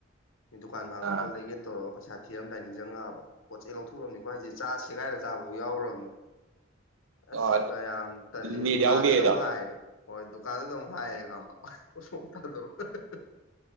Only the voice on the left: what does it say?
ꯃꯤ ꯗꯨꯀꯥꯟ ꯃꯥꯡꯗ
ꯄꯣ ꯂꯩꯒꯦ ꯇꯧꯔꯒ ꯄꯩꯁꯥ ꯊꯤ ꯄꯤꯔꯝꯗꯥꯏ ꯅꯤꯡꯁꯤꯡꯉꯛꯑꯕ ꯄꯣꯠ ꯆꯩ ꯂꯧꯊꯣꯛꯎꯔꯕꯅꯤꯀꯣ ꯍꯥꯏꯁꯦ ꯆꯦꯒꯥꯏꯔ ꯆꯥꯐꯥꯎ ꯌꯥꯎꯔꯨꯕꯅꯤ ꯑꯁ
ꯀꯌꯥꯝ ꯇꯜꯂꯤ
ꯗꯨꯀꯥꯟꯗꯨꯗ
ꯑꯃꯨꯛ ꯍꯥꯏꯔꯦ ꯍꯣꯏ ꯗꯨꯀꯥꯟꯗꯨꯗ ꯑꯃꯨꯛ ꯍꯥꯏꯔꯦ ꯈꯪꯉꯥꯕ ꯍꯣꯁꯄꯣꯠ ꯑꯃꯇ ꯊꯥꯗꯣꯛꯔꯛꯑꯣ